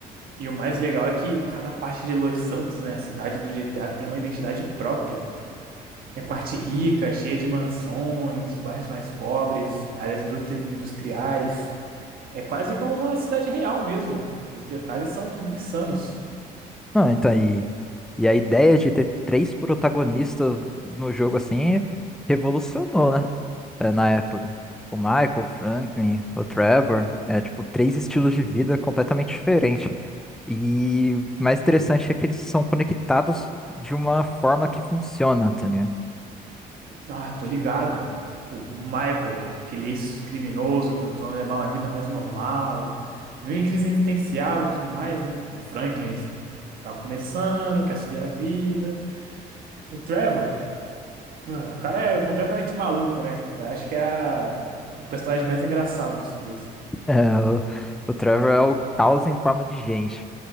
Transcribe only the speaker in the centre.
Não, então, e, e a ideia de ter três protagonistas no jogo assim revolucionou, né? É, na época. O Michael, o Franklin, o Trevor, é tipo três estilos de vida completamente diferentes. E o mais interessante é que eles são conectados de uma forma que funciona, tá ligado?
É, o, o Trevor é o caos em forma de gente.